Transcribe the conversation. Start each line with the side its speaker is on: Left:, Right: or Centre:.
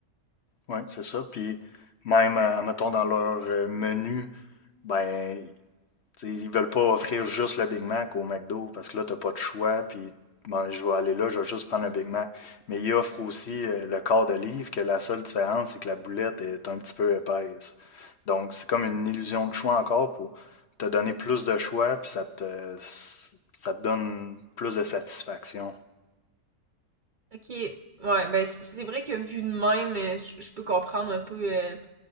Left: Oui, c'est ça. Puis même, euh, mettons, dans leur euh, menu, ben, T'sais, ils veulent pas offrir juste le Big Mac au McDo parce que là, t'as pas de choix, puis bon, je vais aller là, je vais juste prendre le Big Mac. Mais ils offrent aussi euh, le quart de livre, que la seule différence, c'est que la boulette est un petit peu épaisse. Donc, c'est comme une illusion de choix encore pour te donner plus de choix, puis ça te, ça te donne plus de satisfaction.
Right: Ok, ouais, ben c- c'est vrai que vu de même, euh, je je peux comprendre un peu euh,